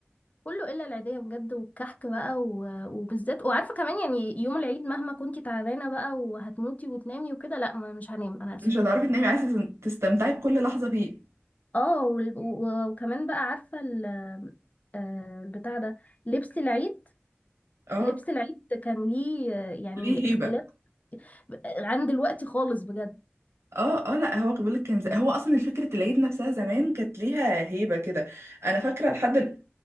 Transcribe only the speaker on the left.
كله الا العيديه بجد والكحك بقى و... وبالذات وعارفه كمان يعني يوم العيد مهما كنتي تعبانه بقى وهتموتي وتنامي وكده لا ما- مش هنام انا اسفه
اه وال... و... وكمان بقى عارفه ال... آه، البتاع ده لبس العيد
لبس العيد كان ليه آه، يعني
اختلاف عن دلوقتي خالص بجد